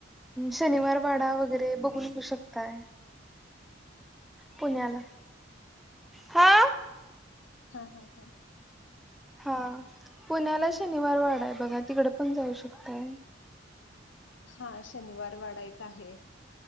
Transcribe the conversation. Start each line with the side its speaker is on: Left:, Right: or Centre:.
Centre: शनिवार वाडा वगैरे बघून घेऊ शकताय. पुण्याला हा.
Left: हा हा हा.
Centre: हा पुण्याला शनिवार वाडा आहे बघा तिकडे पण जाऊ शकताय.
Left: हा शनिवार वाडा एक आहे